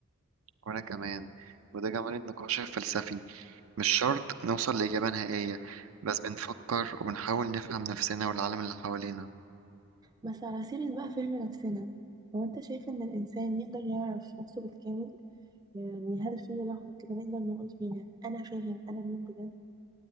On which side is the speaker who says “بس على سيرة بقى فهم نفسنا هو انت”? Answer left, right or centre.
Right